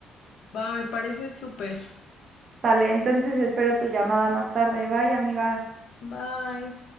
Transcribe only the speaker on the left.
Va, me parece súper.
Bye.